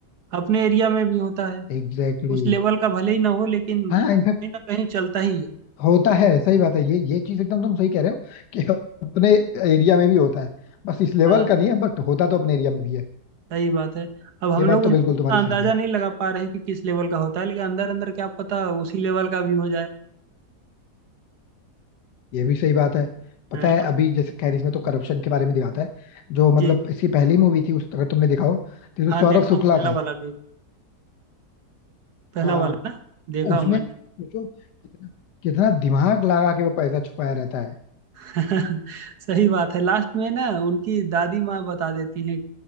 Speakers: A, on the right; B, on the left.
A: अपने एरिया में भी होता है
B: Exactly
A: उस
B: exactly.
A: लेवल का भले ही ना हो लेकिन
B: हाँ
A: कहीं
B: इनफैक्ट
A: ना कहीं चलता ही है
B: होता है सही बात है ये ये चीज एकदम तुम सही कह रहे हो <laughs> कि अपने एरिया में भी होता है बस इस लेवल
A: हाँ
B: का नहीं है बट होता तो अपने एरिया में भी है
A: सही बात है अब हम
B: ये
A: लोग
B: बात
A: उत-
B: तो बिल्कुल
A: उतना
B: तुम्हारी
A: अंदाजा
B: सही है
A: नहीं लगा पा रहे हैं कि किस लेवल का होता है लेकिन अंदर अंदर क्या पता उसी लेवल का भी हो जाए
B: ये भी सही बात है पता
A: हाँ
B: है अभी जैसे खैर इसमें तो करप्शन के बारे में दिखाता है जो मतलब
A: जी
B: इसकी पहली मूवी थी उस अगर तुमने देखा हो तो इसमें
A: हाँ
B: सौरव
A: देखा
B: शुक्ला
A: हूँ पहला
B: था
A: वाला भी पहला
B: हाँ हाँ
A: वाला ना देखा
B: उसमें
A: हूँ मैं
B: सोचो कितना कितना दिमाग लगा के वो पैसा छुपाया रहता है
A: <laughs> सही बात है लास्ट में ना उनकी दादी माँ बता देती है